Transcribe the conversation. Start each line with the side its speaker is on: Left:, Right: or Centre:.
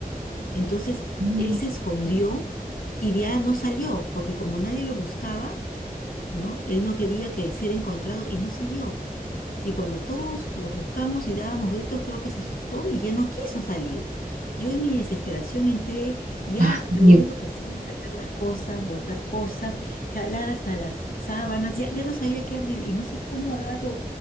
Left: Entonces,
Right: Ujú.
Left: él se escondió y ya no salió, porque como nadie lo buscaba, ¿no? Él no quería que ser encontrado y no salió. Y cuando todos los buscamos y dábamos gritos, creo que se asustó y ya no quiso salir. Yo en mi desesperación entré, ya
Right: Ay, Dios
Left: lo
Right: mío.
Left: único que hacía era sacar las cosas, botar cosas, jalar hasta las sábanas, ya, ya no sabía qué abrir y no sé cómo agarro,